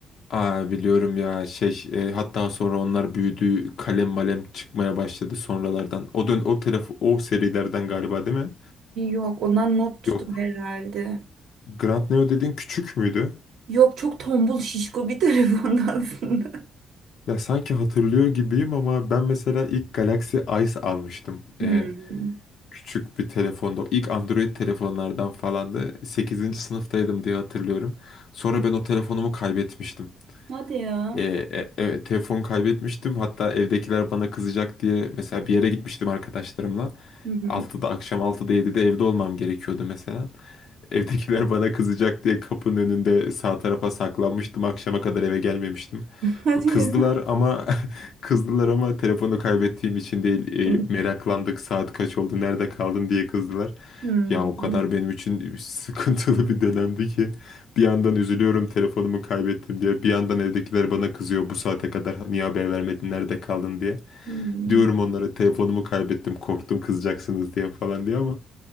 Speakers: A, on the left (about 70°); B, on the right (about 75°).
A: Aa, biliyorum ya şey e, hatta sonra onlar büyüdü kalem malem çıkmaya başladı sonralardan. O dön o telefon o serilerden galiba değil mi?
B: Yok ondan not tutup
A: Yok.
B: herhalde.
A: Grand Neo dediğin küçük müydü?
B: Yok çok tombul şişko bir <laughs> telefondu aslında.
A: Ya sanki hatırlıyor gibiyim ama ben mesela ilk Galaxy Ice almıştım.
B: Hmm.
A: Ee, küçük bir telefonda. O İlk Android telefonlardan falandı. sekizinci sınıftaydım diye hatırlıyorum. Sonra ben o telefonumu kaybetmiştim.
B: Hadi ya.
A: Ee, e- evet, telefon kaybetmiştim. Hatta evdekiler bana kızacak diye mesela bir yere gitmiştim arkadaşlarımla.
B: Hı hı.
A: altıda akşam 6'da 7'de evde olmam gerekiyordu mesela. Evdekiler bana kızacak diye kapının önünde sağ tarafa saklanmıştım. Akşama kadar eve gelmemiştim.
B: Hadi
A: Kızdılar
B: ya.
A: ama <laughs> kızdılar ama telefonu kaybettiğim için değil.
B: <laughs>
A: e, meraklandık saat kaç oldu, nerede kaldın diye kızdılar.
B: Hmm.
A: Ya o kadar benim için <laughs> sıkıntılı bir dönemdi ki bir yandan üzülüyorum telefonumu kaybettim diye bir yandan evdekiler bana kızıyor bu saate kadar niye haber vermedin nerede kaldın diye.
B: Hmm.
A: Diyorum onlara telefonumu kaybettim korktum kızacaksınız diye falan diye ama